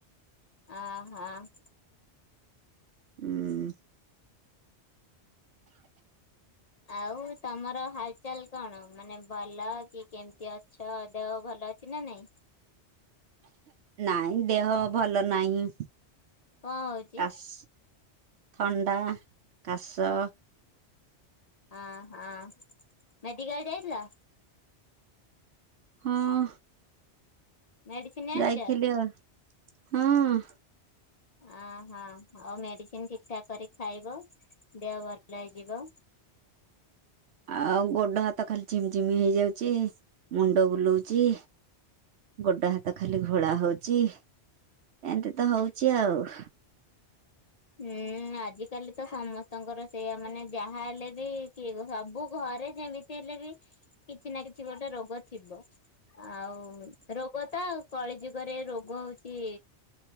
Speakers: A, on the left; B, on the right.
A: ହ ହଁ।
B: ହୁଁ।
A: ଆଉ ତମର ହାଲଚାଲ କଣ ମାନେ ଭଲ କି କେମିତି ଅଛ ଦେହ ଭଲ ଅ ଅଛି ନା ନାଇଁ?
B: ନାଇଁ ଦେହ ଭଲ ନାହିଁ
A: କଣ ହଉଛି
B: କାଶ ଥଣ୍ଡା କାଶ।
A: ଆହା ମେଡିକାଲ ଯାଇଥିଲ?
B: ହଁ।
A: ମେଡିସିନ ଆଣିଛ?
B: ଯାଇଥିଲି ଆଉ ହଁ।
A: ଅହୋ ଆଉ ମେଡିସିନ ଠିକ ଠାକ କରି ଖାଇବ ଦେହ ଭଲ ହେଇଯିବ।
B: ଆଉ ଗୋଡ ହାତ ଖାଲି ଝିମ୍ ଝିମ ହେଇଯାଉଛି ମୁଣ୍ଡ ବୁଲଉଛି। ଗୋଡ ହାତ ଖାଲି ଘୋଳା ହଉଛି ଏମତି ତ ହଉଛି ଆଉ
A: ହୁଁ ଆଜିକାଲି ତ ସମସ୍ତଙ୍କର ସେଇଆ ମାନେ ଯାହା ହେଲେ ବି କିଏ ସବୁ ଘରେ ଯେମିତି ହେଲେ ବି କିଛି ନା କିଛି ଗୋଟେ ରୋଗ ଥିବ ଆଉ ରୋଗ ତ କଳିଯୁଗରେ ରୋଗ ହଉଛି